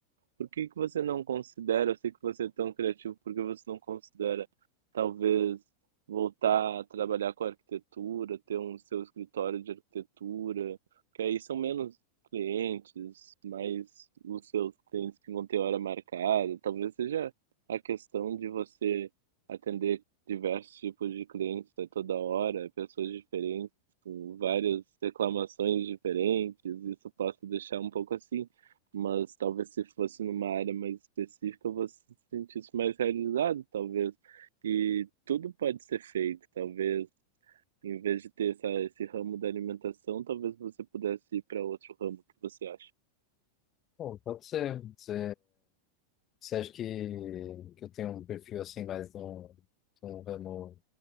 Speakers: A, on the right; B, on the left.
A: Por que que você não considera, eu sei que você é tão criativo, por que você não considera talvez voltar a trabalhar com arquitetura, ter um seu escritório de arquitetura, que aí são menos clientes, mais os seus clientes que vão ter hora marcada, talvez seja a questão de você atender diversos tipos de clientes a toda hora, pessoas diferentes, com várias reclamações diferentes, isso possa deixar um pouco assim. Mas talvez se fosse numa área mais específica, você se sentisse mais realizado, talvez. E tudo pode ser feito, talvez. Em vez de ter essa, esse ramo da alimentação, talvez você pudesse ir para outro ramo que você acha.
B: Bom, pode ser. Você Você acha que, que eu tenho um perfil assim mais de um, de um ramo,